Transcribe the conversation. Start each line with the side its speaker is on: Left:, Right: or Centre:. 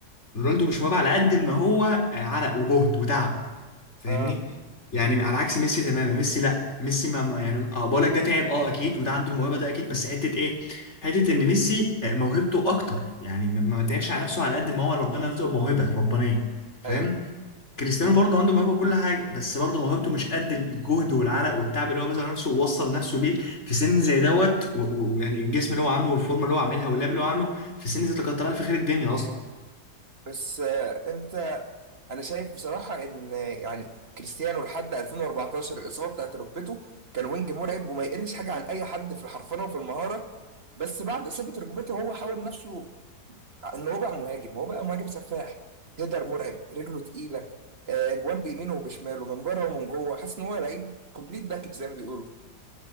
Left: رونالدو مش موهبه على قد ما هو آه، عرق وجهد وتعب فاهمني
Right: اه
Left: يعني على عكس ميسي تماما ميسي لا ميسي ما ما- يعني اه بقولك ده تعب اه اكيد وده عنده الموهبه ده اكيد بس حته ايه حته ان ميسي آه، موهبته اكتر يعني ما ما تعبش على نفسه على قد ما هو ربنا رزقه موهبه ربانيه فاهم
Right: ايوه
Left: كريستيانو برضه عنده موهبه وكل حاجه بس برضه موهبته مش قد الجهد والعرق والتعب اللي هو بذل نفسه ووصل نفسه ليه في سن زي دوت و- و- ويعني الجسم اللي هو عامله والفورمه اللي هو عاملها واللعب اللي هو عامله في سن زي ده كتر الف خير الدنيا اصلا
Right: بس آه، انت انا شايف بصراحه ان يعني كريستيانو لحد 2014 الاصابه بتاعت ركبته كان وينج مرعب وما يقلش حاجه عن اي حد في الحرفنه وفي المهاره بس بعد اصابه ركبته هو حاول نفسه ان هو بقى مهاجم هو بقى مهاجم سفاح هيدر مرعب رجله تقيله آه، جوان بيمينه وبشماله من بره ومن جوه حاسس ان هو لعيب كومبليت باكج زي ما بيقولوا